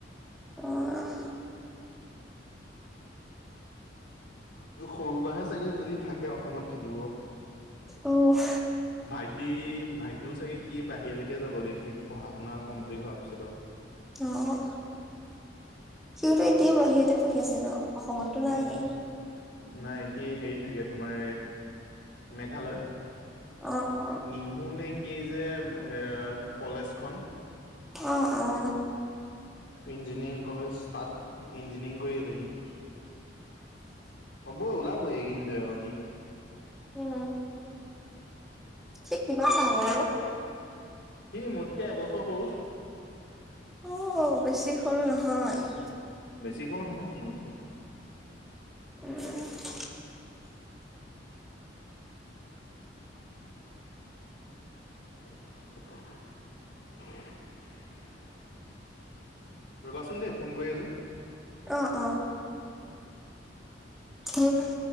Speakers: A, in the centre; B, on the left.
A: অঁহ।
B: তো‌ সৰু বা হে চাগে যদি থাকে অসমত থাকিব।
A: অওহ
B: ভাইটি ভাইটিও চাগে সি বাহিৰলেকে যাবগৈ সি পঢ়া শুনা কমপ্লিট হোৱাৰ পিছত ও
A: অঁ, সিয়োত এতিয়াও বাহিৰতে পঢ়ি আছে ন অসমতো নায়েই
B: উম নাই সি হেইত থাকে তোমাৰ মেঘালয়।
A: অঁ।
B: নিহু নে কি যে, হে কলেজখন।
A: অঁ অঁ।
B: ইঞ্জিনিয়াৰিং কলেজ, তাত ইঞ্জিনিয়াৰিং কৰি আছে সি। হ'ব উলাবৈ এই কিদিনতে আৰু সি।
A: উম। সি কিমান ডাঙৰ অ?
B: সি মোতকে এবছৰ সৰু।
A: অঁ' বেছি সৰু নহয়।
B: বেছি সৰু নহয় সি মোতকে।
A: উম',
B: <unintelligible> ৰ'বাচোন দেই, ফোন কৰি আছোঁ?
A: অ', অ'। অ